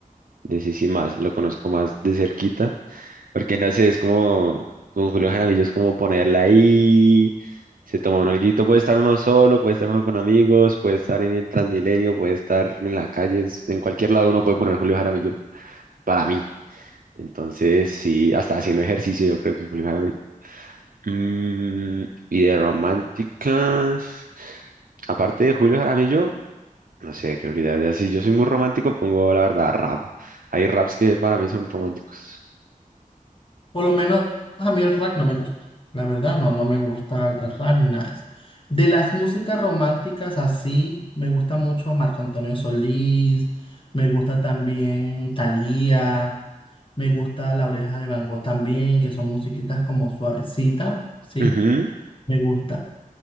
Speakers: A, on the right (about 75°); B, on the left (about 35°).
A: De sí, sí, más, lo conozco más de cerquita. Porque no sé, es como con Julio Jaramillo, es como ponerla ahí, se toma un alguito, puede estar uno solo, puede estar uno con amigos, puede estar en el Transmilenio, puede estar en la calle, es- en cualquier lado uno puede poner Julio Jaramillo, para mí. Entonces, sí, hasta haciendo ejercicio yo creo que Julio Jaramillo. Mm, y de románticas, aparte de Julio Jaramillo, no sé, creo que ya, ya si yo soy muy romántico, pongo la verdad rap. Hay raps que para mí son románticos.
B: por lo menos a mí el rap no me gusta. La verdad, no, no me gusta el el rap ni nada de eso. De las músicas románticas así, me gusta mucho Marco Antonio Solís, me gusta también Thalía, me gusta La Oreja de Van Gogh también, que son musiquitas como suavecitas, ¿sí?
A: Ujú,
B: Me gusta.